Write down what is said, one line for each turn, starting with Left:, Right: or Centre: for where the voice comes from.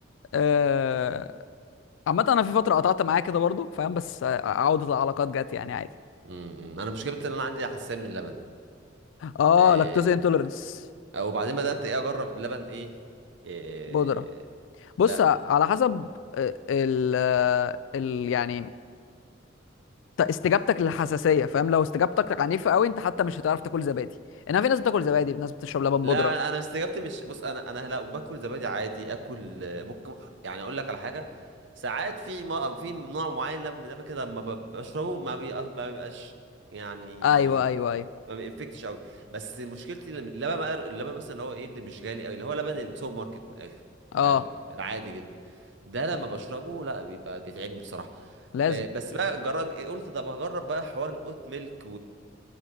Left: آه، عامة انا في فترة قطعت معاه كده برضو فاهم بس آه، عودة العلاقات جت يعني عادي
Right: امم انا مش جبت ان انا عندي حساسيه من اللبن
Left: اه
Right: إيه.
Left: لاكتوز انتولرنس
Right: او بعدين بدات ايه اجرب اللبن ايه, إيه.
Left: بودرة بص
Right: لا
Left: على حسب آه، ال آه، ال يعني ت- استجابتك للحساسية فاهم لو استجابتك عنيفة قوي انت حتى مش هتعرف تاكل زبادي انما في ناس بتاكل زبادي في ناس بتشرب لبن
Right: لا
Left: بودرة
Right: انا استجابتي مش بص انا انا لا باكل زبادي عادي اكل آه، ممكن يعني اقول لك على حاجه ساعات في ما في نوع معين لب- من اللبن كده لما ب- بشربه ما بي- ما بيبقاش يعني
Left: ايوه ايوه ايوه
Right: ما بيفكتش قوي بس مشكلتي لما- اللبن بقى- اللبن مثلا اللي هو ايه اللي مش غالي قوي اللي هو لبن السوبر ماركت من الاخر
Left: اه
Right: فاهم العادي جدا ده لما بشربه لا بيبقى بيتعبني بصراحه
Left: لازم
Right: ب- بس بقى جرب قلت طب هجرب بقى حوار الأوت ميلك